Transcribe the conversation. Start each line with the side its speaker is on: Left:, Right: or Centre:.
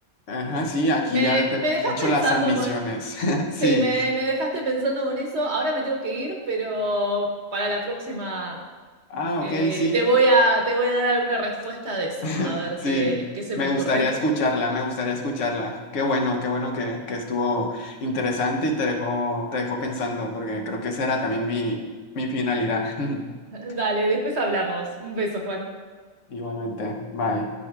Left: ajá, sí, aquí
Right: Me,
Left: ya depende
Right: me dejas
Left: mucho
Right: pensando
Left: las ambiciones.
Right: con...
Left: <laughs> Sí.
Right: Sí, me, me dejaste pensando con eso. Ahora me tengo que ir, pero para la próxima
Left: Ah, ok,
Right: eh,
Left: sí.
Right: te voy a, te voy a dar alguna respuesta de eso.
Left: <laughs>
Right: A ver
Left: Sí,
Right: qué, qué se
Left: me
Right: me ocurre.
Left: gustaría escucharla, me gustaría escucharla. Qué bueno, qué bueno que, que estuvo interesante y te dejó, te dejó pensando, porque creo que esa era también mi, mi finalidad. <laughs>
Right: <laughs> Dale, después hablamos. Un beso, Juan.
Left: Igualmente, bye.